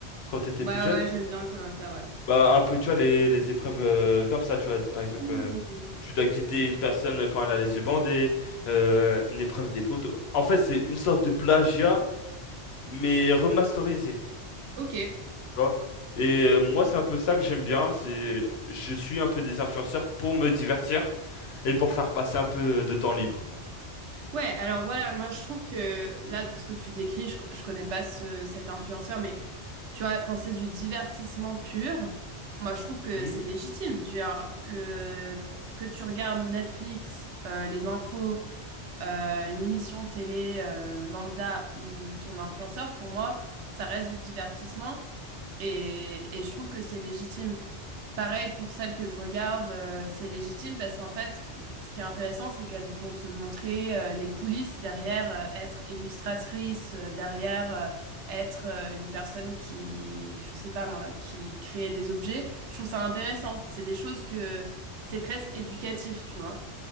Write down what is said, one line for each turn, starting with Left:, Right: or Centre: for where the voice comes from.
Left: quand t'étais
Right: Ouais,
Left: plus jeune?
Right: ouais, j'aime bien koh ouais.
Left: Bah, un peu, tu vois, les, les épreuves euh, comme ça, tu vois, par exemple,
Right: hmm.
Left: euh, où tu dois guider une personne quand elle a les yeux bandés, euh, une épreuve des poteaux. En fait, c'est une sorte de plagiat, mais remasterisé.
Right: Ok.
Left: tu vois. Et euh, moi, c'est un peu ça que j'aime bien, c'est je suis un peu des influenceurs pour me divertir et pour faire passer un peu de temps libre.
Right: Ouais, alors voilà, moi je trouve que là, de ce que tu décris, je, co- je connais pas ce, cet influenceur, mais tu vois, quand c'est du divertissement pur, moi je trouve que
Left: Mhm,
Right: c'est légitime. Tu vois, le, que tu regardes Netflix, euh, les infos, euh, une émission télé euh, lambda ou ton influenceur, pour moi, ça reste du divertissement et, et je trouve que c'est légitime. Pareil pour celles que je regarde, euh, c'est légitime parce qu'en fait, euh, ce qui est intéressant, c'est qu'elles vont te montrer euh, les coulisses derrière, euh, être illustratrice, euh, derrière, euh, être euh, une personne qui, je sais pas moi, qui crée des objets. Je trouve ça intéressant. C'est des choses que c'est presque éducatif, tu vois.